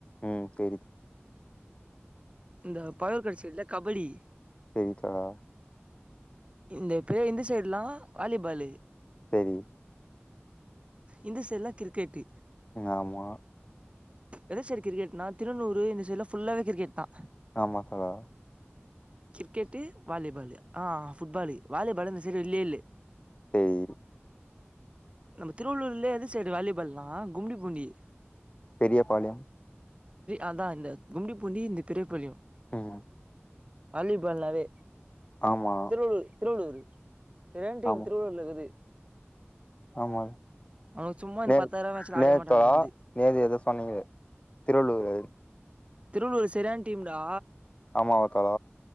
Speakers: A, on the left; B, on the right.
A: ம் தெரிது.
B: இந்த பல் கடிச்சிட்ல கபடி
A: தெரிது தோழா.
B: இந்த பே இந்த சைட்லா வாலிபாலு.
A: சரி
B: இந்த சைட்ல்லா கிரிக்கேட்டு
A: ஆமா
B: எந்த சைடு கிரிக்கெட்னா திருநூறு இந்த சைட்ல ஃபுல்லாவே கிரிக்கேட் தா
A: ஆமா <unintelligible>
B: கிரிக்கேட்டு வாலிபாலு ஆ ஃபுட்பாலு வாலிபால் இந்த சேடு இல்லேலே
A: ம்
B: நம்ம திருவள்ளூர்லே எது சைடு வாலிபால்லா கும்டி பூண்டி
A: பெரியபாளையம்
B: அதா இந்த கும்டி பூண்டி இந்த பெரியபாளியு
A: ம்
B: வாலிபால்னாவே
A: ஆமா
B: திருவள்ளூர் திருவள்ளூரு <unintelligible> டீம்
A: ஆமா
B: திருவள்ளூர்ல இருக்குது
A: ஆமா
B: அவனுங்க சும்மா இந்த
A: நே
B: பத்தாயிரூவா மேட்ச்ல ஆடவே
A: நேத்தா
B: மாட்டானுங்க வந்து
A: நேது எதோ சொன்னீங்களே திருவள்ளூர்
B: திருவள்ளூர் சரியான டீம்டா
A: ஆமா ஒருத்தரோ